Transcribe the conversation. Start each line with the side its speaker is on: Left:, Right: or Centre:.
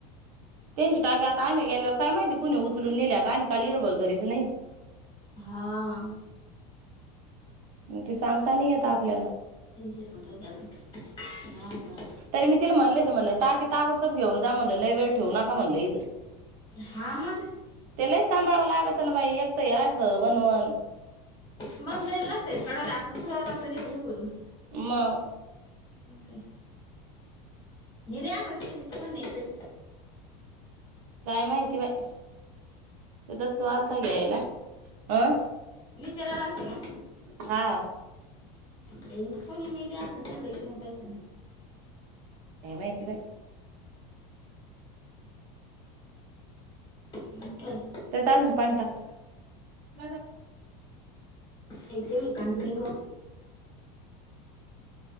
Right: त्यांची टाकी आता आम्ही गेल्यावर का माहिती कुणी उचल नेलीआमही ईळभर घरीच नाही.
Left: हा
Right: मग ते सांगता नाही येत आपल्याला
Left: तीनशे घंटं गेल हा का?
Right: तरी म तिला म्हणलंय ते म्हटलं टाकी ताबडतोब घेऊन जा म्हणलं लय वेळ ठेवू नका म्हणलं इथं.
Left: हा मग
Right: त्यालाही सांभाळावं लागत ना बाई एकत असं वनवण.
Left: मग जाईला नसते काडाला कुडाला जातो निघून.
Right: म
Left: काय नेल्या म्हणते इच कोण नाहीचय.
Right: काय माहिती बाई ते दत् तू आलता घ्यायला हं.
Left: विचाराला आलते का?
Right: हा
Left: त्यांनीच कोणी नेले असेल त्यांना विचारून पाहिजे ना.
Right: काय माहिती बाई.
Left: मगं काय?
Right: ते तज म पाणीटाक म
Left: तेवढ कांदे दे ग